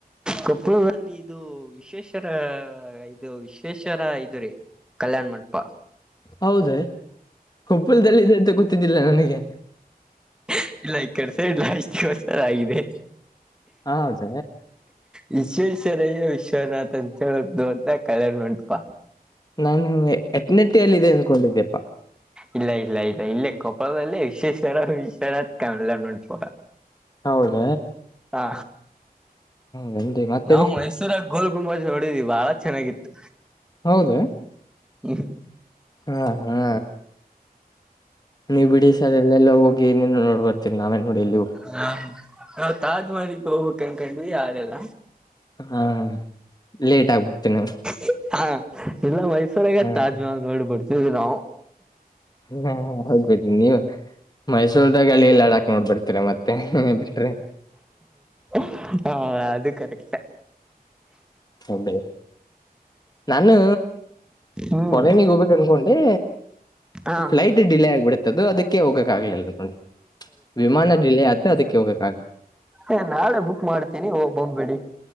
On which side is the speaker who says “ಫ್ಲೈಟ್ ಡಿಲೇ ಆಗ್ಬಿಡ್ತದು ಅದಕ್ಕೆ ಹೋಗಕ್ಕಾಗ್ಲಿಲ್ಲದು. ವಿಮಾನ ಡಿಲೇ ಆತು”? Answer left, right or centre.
Left